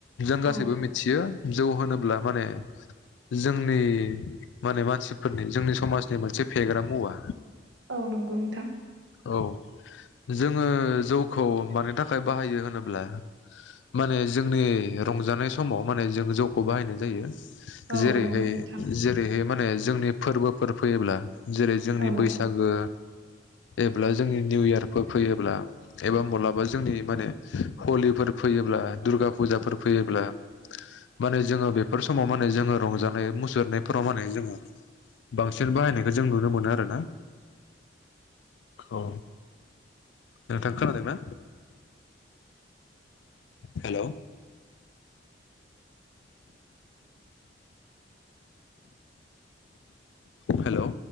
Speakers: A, on the left; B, on the right.
A: जों गासैबो
B: औ
A: मिथियो जौ होनोब्ला माने जोंनि माने मानसि फोरनि जोंनि समाजनि मोनसे फेग्रा मुवा
B: औ नंगौ नोंथां
A: औ जोङो जौखौ मानि थाखाय बाहायो होनोब्ला माने जोंनि रंजानाय समाव माने जों जौखौ बाहायनाय जायो
B: औ
A: जेरैहाय-जेरैह
B: नंगौ नोंथां
A: माने जोंनि फोरबोफोर फैयोब्ला जेरै जोंनि
B: औ
A: बैसागो एब्ला जोंनि निउइयार फोर फैयोब्ला एबा मालाबा जोंनि मान हलिफोर फैयोब्ला दुर खा फुजाफोर फैयोब्ला माने जोङो बेफोर समाव माने जोङो रंजानाय मुसुरनायफोराव माने जोङो बांसिन बाहायनायखौ जों नुनो मोनो आरो ना
B: <unintelligible>
A: औ नोंथां खोनादों ना हेल' हेल'